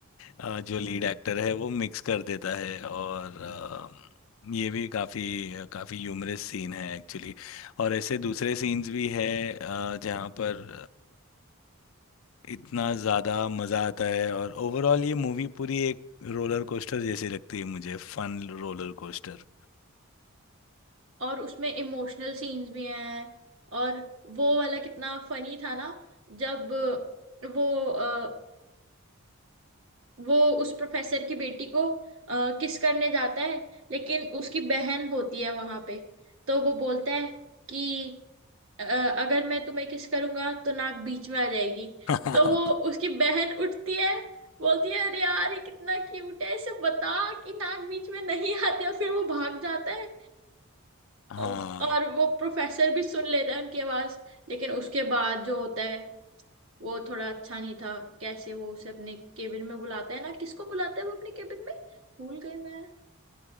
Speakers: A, on the left; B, on the right.
A: अ, जो लीड एक्टर है वो मिक्स कर देता है और अ, ये भी काफ़ी काफ़ी ह्यूमरस सीन है एक्चुअली और ऐसे दूसरे सीन्स भी है अ, जहाँ पर इतना ज़्यादा मज़ा आता है और ओवरऑल ये मूवी पूरी एक रोलर कोस्टर जैसी लगती है मुझे फन रोलर कोस्टर
B: <laughs> और उसमें इमोशनल सीन्स भी हैं और वो वाला कितना फनी था ना जब वो अ, वो उस प्रोफेसर की बेटी को किस करने जाता है लेकिन उसकी बहन होती है वहां पे तो वो बोलता है कि अ, अगर मैं तुम्हें किस करूंगा तो नाक बीच में आ जाएगी
A: <laughs>
B: तो वो उसकी बहन उठती है बोलती है अरे यार ये कितना क्यूट है इसे बता कि नाक बीच में नहीं <laughs> आती और फिर वो भाग जाता है
A: हाँ
B: अम, और वो प्रोफेसर भी सुन लेता है उनकी आवाज लेकिन उसके बाद जो होता है वो थोड़ा अच्छा नहीं था कैसे वो उसे अपने केबिन में बुलाता है ना किसको बुलाता है वो अपने केबिन में भूल गई मैं